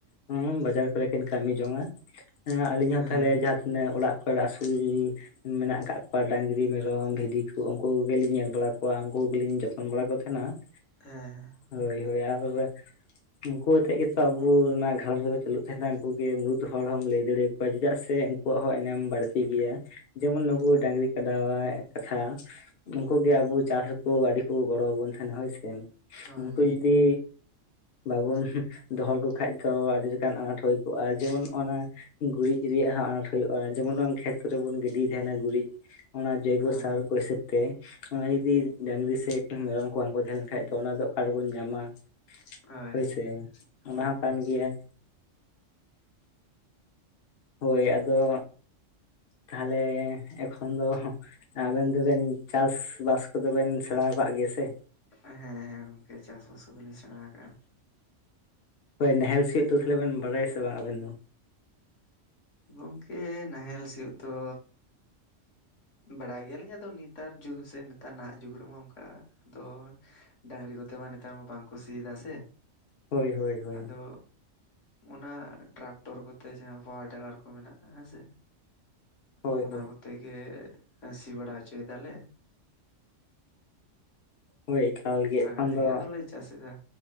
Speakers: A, on the left; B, on the left.
A: ᱦᱩᱸ ᱵᱟᱡᱟᱨ ᱠᱚ ᱨᱮ ᱠᱤᱱ ᱠᱟᱹᱢᱤ ᱡᱚᱝᱼᱟ ᱾ ᱦᱮᱸ ᱟᱞᱤᱧ ᱦᱚᱸ
B: ᱦᱮᱸ
A: ᱛᱟᱦᱚᱞᱮ ᱢᱟ- ᱛᱤᱱᱟᱹᱜ ᱚᱲᱟᱜ ᱠᱚ ᱨᱮ ᱟᱹᱥᱩᱞ ᱢᱮᱱᱟᱜ ᱟᱠᱟᱫ ᱠᱚᱣᱟ ᱰᱟᱝᱨᱤ ᱢᱮᱨᱚᱢ ᱵᱷᱤᱫᱤ ᱠᱚ ᱩᱱᱠᱩ ᱠᱚᱜᱮ ᱞᱤᱧ ᱧᱮᱞ ᱵᱟᱲᱟ ᱠᱚᱣᱟ ᱩᱱᱠᱩ ᱠᱚᱜᱮ ᱞᱤᱧ ᱡᱚᱛᱚᱱ ᱵᱟᱲᱟ ᱠᱚ ᱛᱟᱦᱮᱸᱱᱟ ᱾
B: ᱦᱮᱸ ᱦᱮᱸ ᱾
A: ᱦᱳᱭ ᱦᱳᱭ ᱟᱨ ᱩᱱᱠᱩ ᱟᱛᱮᱫ ᱜᱮ ᱛᱚ ᱟᱵᱚ ᱚᱱᱟ ᱜᱷᱟᱨᱚᱸᱡᱽ ᱨᱮᱵᱚ ᱪᱟᱹᱞᱩ ᱛᱟᱦᱮᱱᱟ ᱾ ᱩᱱᱠᱩ ᱜᱮ ᱢᱩᱬᱩᱫ ᱦᱚᱲ ᱦᱚᱢ ᱞᱟᱹᱭ ᱫᱟᱲᱮ ᱟᱠᱚᱣᱟ ᱪᱮᱫᱟᱜ ᱥᱮ ᱩᱱᱠᱩᱣᱟᱜ ᱦᱚᱸ ᱮᱱᱮᱢ ᱵᱟᱹᱲᱛᱤ ᱜᱮᱭᱟ ᱾ ᱡᱮᱢᱚᱱ ᱱᱩᱠᱩ ᱰᱟᱝᱨᱤ ᱠᱟᱰᱟ- ᱵᱟ ᱟᱜ ᱠᱟᱛᱷᱟ ᱩᱱᱠᱩ ᱜᱮ ᱟᱵᱚ ᱪᱟᱥᱠᱩ ᱟᱹᱰᱤ ᱠᱚ ᱜᱚᱲᱚ ᱟᱵᱚᱱ ᱛᱟᱦᱮᱱᱟ ᱦᱳᱭᱥᱮ ᱾
B: ᱦᱳᱭ
A: ᱩᱱᱠᱩ ᱡᱩᱫᱤ ᱵᱟᱵᱩᱱ ᱫᱚᱦᱚ ᱞᱮᱠᱚ ᱠᱷᱟᱡ ᱛᱚ ᱟᱹᱰᱤ ᱞᱮᱠᱟᱱ ᱟᱱᱟᱴ ᱦᱩᱭ ᱠᱚᱜᱼᱟ ᱡᱮᱢᱚᱱ ᱚᱱᱟ ᱜᱩᱨᱤᱡ ᱨᱮᱭᱟᱜ ᱦᱚᱸ ᱟᱱᱟᱴ ᱦᱩᱭᱩᱜᱼᱟ ᱡᱮᱢᱚᱱ ᱠᱷᱮᱛ ᱠᱚ ᱨᱮ ᱵᱚᱱ ᱜᱤᱰᱤᱭ ᱛᱟᱦᱮᱱᱟ ᱜᱩᱨᱤᱡ ᱾ ᱚᱱᱟ ᱡᱚᱭᱵᱚ
B: ᱦᱳᱭ
A: ᱥᱟᱨ ᱳᱭᱥᱚᱵ ᱛᱮ ᱚᱱᱟ ᱡᱩᱫᱤ ᱰᱟᱺᱝᱨᱤ ᱥᱮ ᱢᱤᱫᱴᱮᱱ ᱢᱮᱨᱚᱢ ᱠᱚ ᱵᱟᱝ ᱠᱚ ᱛᱟᱦᱮ ᱞᱮᱱ ᱠᱷᱟᱡ ᱛᱚ ᱚᱱᱟ ᱫᱚ ᱚᱠᱟ ᱨᱮᱵᱚᱱ ᱧᱟᱢᱟ ᱾
B: ᱦᱳᱭ
A: ᱦᱳᱭᱥᱮ
B: ᱦᱳᱭ ᱦᱳᱭ ᱦᱳᱭ
A: ᱚᱱᱟ ᱦᱚᱸ ᱠᱟᱱ ᱜᱮᱭᱟ ᱾ ᱦᱳᱭ ᱟᱫᱚ ᱛᱟᱦᱚᱞᱮ ᱮᱠᱷᱚᱱ ᱫᱚ ᱦᱚᱸᱜ ᱟᱵᱮᱱ ᱫᱚᱵᱮᱱ ᱪᱟᱥᱵᱟᱥ ᱠᱚ ᱫᱚ ᱵᱮᱱ ᱥᱮᱬᱟᱣ ᱠᱟᱜ ᱜᱮᱭᱟ ᱥᱮ
B: ᱦᱮᱸ ᱦᱮᱸ ᱜᱚᱝᱠᱮ ᱪᱟᱥ ᱵᱟᱥ ᱠᱚ ᱫᱚ ᱞᱤᱧ ᱥᱮᱬᱟ ᱠᱟᱜᱼᱟ ᱾
A: ᱦᱳᱭ ᱱᱟᱦᱮᱞ ᱥᱤᱭᱳᱜ ᱫᱚ ᱛᱟᱦᱚᱞᱮ ᱵᱮᱱ ᱵᱟᱰᱟᱭᱟ ᱥᱮ ᱵᱟᱝ ᱟᱵᱮᱱ ᱫᱚ?
B: ᱜᱚᱝᱠᱮ ᱱᱟᱦᱮᱞ ᱥᱤᱭᱳᱜ ᱫᱚ ᱵᱟᱲᱟᱭ ᱜᱮᱭᱟᱞᱤᱧ ᱟᱫᱚ ᱱᱤᱛᱟᱨ ᱡᱩᱜᱽ ᱥᱮ ᱱᱮᱛᱟᱨ ᱱᱟᱦᱟᱜ ᱡᱩᱜᱽ ᱨᱮᱢᱟ ᱚᱱᱠᱟ ᱫᱚ ᱰᱟᱺᱝᱨᱤ ᱠᱚ ᱛᱮ ᱢᱟ ᱱᱮᱛᱟᱨ ᱢᱟ ᱵᱟᱝᱠᱚ ᱥᱤᱭᱮᱫᱟ ᱥᱮ
A: ᱦᱳᱭ ᱦᱳᱭ ᱦᱳᱭ
B: ᱟᱫᱚ ᱚᱱᱟ ᱴᱨᱟᱠᱴᱚᱨ ᱠᱚ ᱛᱮ ᱡᱟᱦᱟᱸ ᱯᱟᱴ ᱴᱮᱞᱟᱨ ᱠᱚ ᱢᱮᱱᱟᱜᱼᱟ ᱦᱮᱸᱥᱮ
A: ᱦᱳᱭ
B: ᱚᱱᱟ
A: ᱦᱳᱭ
B: ᱠᱚ ᱛᱮ ᱜᱮ ᱥᱤ ᱵᱟᱲᱟ ᱦᱚᱪᱚᱭ ᱫᱟᱞᱮ ᱾
A: ᱦᱳᱭ ᱮᱠᱟᱞ
B: ᱚᱱᱠᱟ
A: ᱜᱮ ᱮᱠᱷᱚᱱ
B: ᱠᱟᱛᱮᱜ
A: ᱫᱚ
B: ᱜᱮ ᱟᱫᱚᱞᱮ ᱪᱟᱥ ᱮᱫᱟ